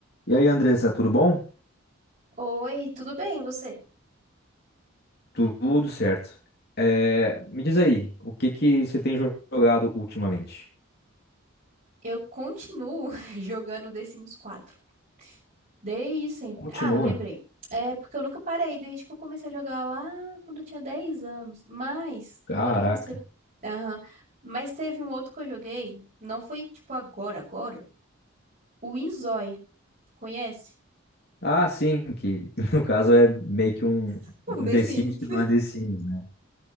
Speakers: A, on the left; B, on the right.
A: E aí, Andressa, tudo bom?
B: Oi, tudo bem, e você?
A: Tudo certo. É, me diz aí, o que que você tem jo- jogado ultimamente?
B: Eu continuo <laughs> jogando The Sims 4. Desde sempre.
A: Continua.
B: Ah, lembrei. É porque eu nunca parei, desde que eu comecei a jogar lá quando eu tinha 10 anos. Mas,
A: Caraca.
B: agora que você. Aham. Mas teve um outro que eu joguei. Não foi tipo agora, agora. O Inzói. Conhece?
A: Ah, sim, que <laughs> no caso é meio que um,
B: <laughs> Um
A: um
B: The
A: The
B: Sims.
A: Sims que não é The Sims, né?